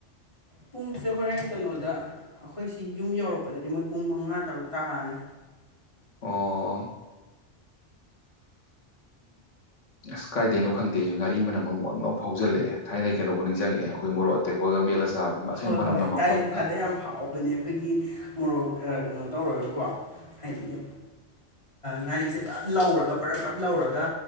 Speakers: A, on the left; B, on the left.
A: ꯄꯨꯡꯁꯦ ꯍꯣꯔꯦꯟ ꯀꯩꯅꯣꯗ ꯑꯩꯈꯣꯏꯁꯤ ꯌꯨꯝ ꯌꯧꯔꯛꯄꯗꯗꯤ ꯃꯣꯏ ꯄꯨꯡ ꯃꯉꯥ ꯇꯔꯨꯛ ꯇꯥꯔꯅꯤ
B: ꯑꯣ ꯎ ꯀꯥꯏꯗꯦꯅꯣ ꯈꯪꯗꯦꯁꯨ ꯉꯔꯤ ꯃꯅꯝꯨꯪꯥꯎꯖꯜꯂꯑꯦ ꯊꯥꯏꯅ ꯀꯩꯅꯕꯨ ꯅꯤꯡꯁꯤꯡꯉꯛꯑꯦꯈꯣꯏꯣꯔꯠ ꯇꯦꯛꯀꯣꯠꯇ ꯃꯦꯠꯂꯒ ꯆꯥꯕ ꯑꯗꯨ ꯑꯁꯦꯡ
A: ꯍꯣꯏ
B: ꯃꯅꯝ
A: ꯍꯣꯏ
B: ꯅꯥꯃꯛꯄ꫰
A: ꯀꯥꯂꯦꯟ
B: ꯋꯥꯠꯅꯦ
A: ꯊꯥꯗ ꯌꯥꯝ ꯍꯥꯎꯕꯅꯦ ꯑꯩꯈꯣꯏꯒꯤ ꯃꯣꯔꯣꯛ ꯀꯩꯅꯣ ꯇꯧꯔꯒꯀꯣ ꯍꯥꯏꯗꯤ ꯉꯥꯔꯤꯁꯦ ꯄꯨꯔꯞ ꯂꯧꯔꯒ ꯄꯨꯔꯞ ꯄꯨꯔꯞ ꯂꯧꯔꯒ